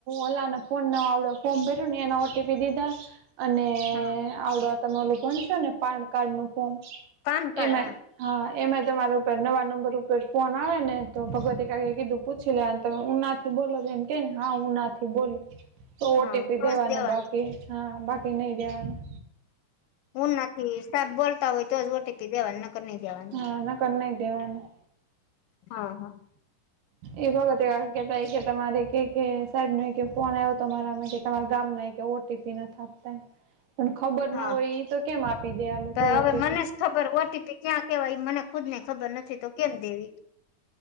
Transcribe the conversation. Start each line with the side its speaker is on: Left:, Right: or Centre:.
Right: ઓલાને ફોન ન આવડ્યો ફોન ભર્યું ને એના બીજીતા અને
Left: હા
Right: આવડો તમેલું ભણશો ને પાન કાર્ડ નું ફોમ
Left: પાન કાર્ડ
Right: એમાં. હા એમાં તમારા ઉપર નવા નંબર ઉપર ફોન આવે ને તો ભગવતી કાકીએ કીધું. પૂછી લેને તમે ઉનાથી બોલો એમ કે ને હા ઉનાથી બોલ. તો
Left: હા
Right: ઓટી પી
Left: તો
Right: દેવાના
Left: જ દેવાની
Right: બાકી હા બાકી નહી દેવાના.
Left: ઉના થી સાત બોલતા હોય તો જ ઓટીપી દેવાનું હમ્મ. તો ની દેવાનું
Right: હા નકર નઈ દેવાનું
Left: હા હા
Right: એ ભગતે કેતા કે તમારે કેકે સાહેબ ન ફોન આવ તમારા કે તમારા ગામ ના. ઓટીપી ના આપતા પણ ખબર
Left: હા
Right: ના હોય તો કેમ આપી દે અને લોકો
Left: તો હવે
Right: ઓટીપી
Left: મને જ ખબર ઓટીપી ક્યાં કેવાય મને ખુદ ને ખબર નથી તો કેમ દેવી.